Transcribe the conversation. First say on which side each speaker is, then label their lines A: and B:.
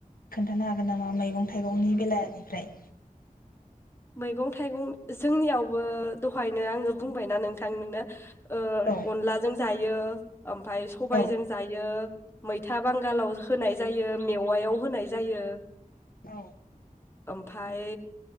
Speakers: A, on the left; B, on the left.
A: खोन्थानो हागोन नामा मैगं थाइगंनि बेलनिफ्राय
B: मैगं थाइगं जोंनियावबो दहायनो आंङो बुंबायना नोंथां नोंनो ओ
A: औ
B: अनलाजों जायो ओमफाय सबायजों
A: औ
B: जायो मैथा बांगालाव होनाय जायो मेवायाव होनाय जायो
A: औ
B: ओमफाय